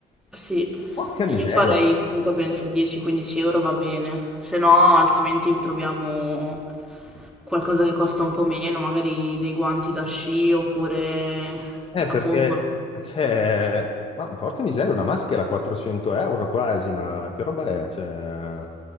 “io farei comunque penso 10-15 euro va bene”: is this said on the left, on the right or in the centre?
Centre